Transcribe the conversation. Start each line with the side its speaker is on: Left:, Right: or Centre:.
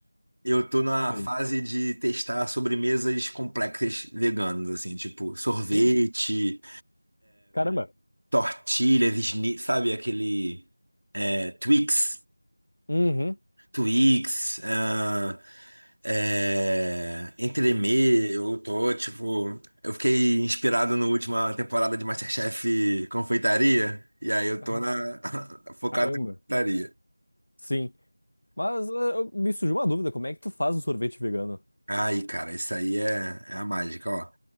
Right: Eu tô na
Left: sim.
Right: fase de testar sobremesas complexas veganas, assim, tipo sorvete.
Left: Hum, caramba.
Right: tortilhas, sni- sabe? Aquele é, Twix,
Left: Uhum.
Right: Twix, ah, é, entremê, eu tô, tipo, eu fiquei inspirado na última temporada de MasterChef Confeitaria, e aí eu
Left: Ah,
Right: tô na, <laughs> focado
Left: caramba.
Right: na confeitaria.
Left: Sim. Mas eh, eu- me surgiu uma dúvida, como é que tu faz o sorvete vegano?
Right: Aí, cara, isso aí é, é a mágica, ó.